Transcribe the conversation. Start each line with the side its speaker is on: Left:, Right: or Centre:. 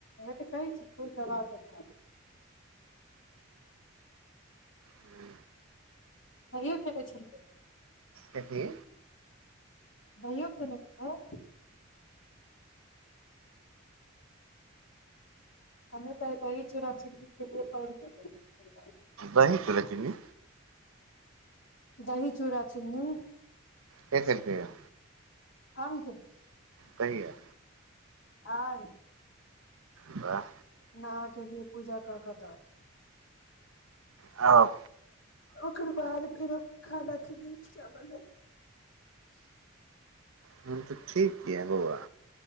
Left: तऽ कै छी कोन दब त खब।
Right: हू
Left: कहियो खेने छलियै।
Right: कथि।
Left: दहियो खेने छलिए। हममे तऽ दही चूड़ा चिन्नी खेलिए पइन। <unintelligible>
Right: दही चुरा चिन्नी।
Left: दही चूरा चन्नी।
Right: के खेलके य।
Left: आन। <unintelligible>
Right: कहिया।
Left: आय।
Right: बाह।
Left: नह जे लिये पूजा क क। <unintelligible>
Right: आ
Left: ओकर बाद फेरो खाना कढ़ी चावल है।
Right: तहन तऽ ठीक ये बउआ।